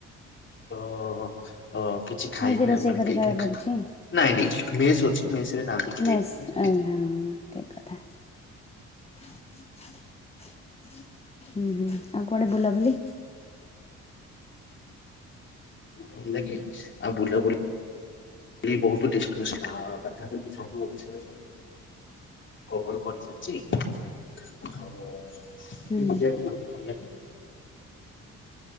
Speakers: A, on the left; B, on the left.
A: ତ ଅ କିଛି ଖାଇନି
B: ନିଜେ ରୋଷେଇ
A: ମାନେ
B: କରି
A: କେ
B: ଖାଇବାକୁ
A: କେ ନା
B: ପଡୁଛି
A: ନାଇଁ ସେସ୍ ଅଛି। ସେସ୍ ରେ ରାନ୍ଧିକି
B: ମେସ୍
A: ଦେଇଦଉଛନ୍ତି।
B: ଆଜ୍ଞା ଠିକ କଥା ହୁଁ ହୁଁ ଆଉ କୁଆଡେ ବୁଲାବୁଲି?
A: ଭଲ ଲାଗେ ଆଉ ବୁଲାବୁଲି ଏ ବହୁ <unintelligible> ପାଖାପାଖି ସବୁ ଓଡିଶା ରେ କଭର କରି ସାରିଛି ଆଉ
B: ହୁଁ
A: ମତେ ବୁଲି ବାକୁ ବହୁତ୍ ଭଲ ଲାଗେ।